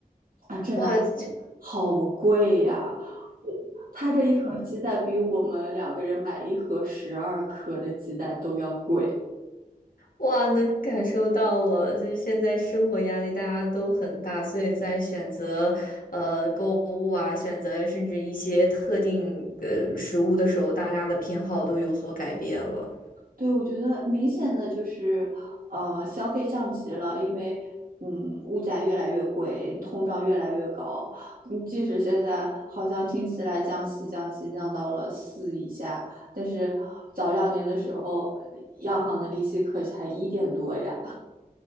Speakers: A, on the right; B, on the left.
A: 啊，真的
B: 哇，这。
A: 好贵呀、它这一盒鸡蛋比我们两个人买一盒十二颗的鸡蛋都要贵。
B: 哇，能感受到了，就是现在生活压力大家都很大，所以在选择呃购物啊，选择甚至一些特定呃食物的时候，大家的偏好都有所改变了。
A: 对，我觉得明显的就是，呃，消费降级了，因为，嗯，物价越来越贵，通胀越来越高。嗯，即使现在好像听起来降息、降息降到了四以下，但是早两年的时候，央行的利息可才一点多呀，